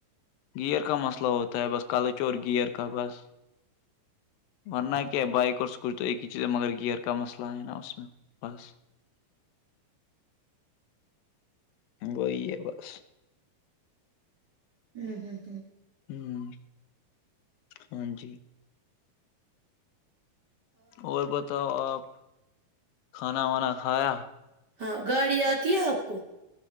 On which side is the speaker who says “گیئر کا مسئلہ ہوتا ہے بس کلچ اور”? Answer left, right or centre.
Left